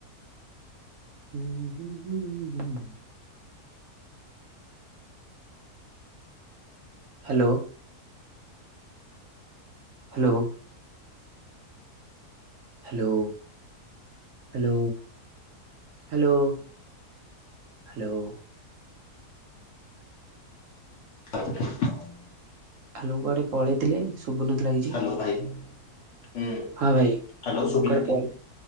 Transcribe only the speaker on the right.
ହୁଁ ହୁଁ ହୁଁ ହୁଁ ହୁଁ ହୁଁ hello? Hello? Hello hello hello? Hello?
Hello କୁଆଡ଼େ ପଳେଇଥିଲେ ଶୁଭୁନଥିଲା କିଛି।
ହଁ ଭାଇ
କୁଆଡେ
ପଳେଇ